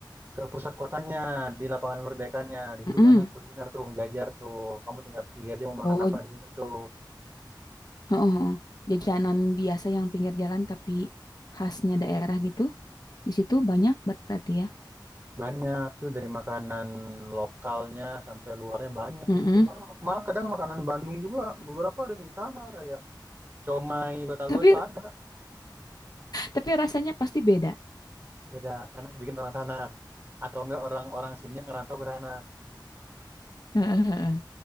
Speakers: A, on the right; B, on the left.
A: ke pusat kotanya di lapangan Merdekanya di situ
B: Mm-mm.
A: banyak kuliner tuh ngejajar tuh kamu tinggal pilih aja mau
B: Oh,
A: makan apa di situ tuh
B: heeh, heeh. Jajanan biasa yang pinggir jalan tapi khasnya daerah gitu. Di situ banyak berarti ya.
A: banyak tuh dari makanan lokalnya sampai luarnya banyak
B: Mm-mm.
A: di situ malah, malah kadang makanan Bandung juga beberapa ada di sana kayak comai Batagor
B: Tapi
A: tuh ada
B: tapi rasanya pasti beda.
A: beda karena yang bikin orang sana atau enggak orang-orang sini yang ngerantau ke sana
B: Heeh, heeh.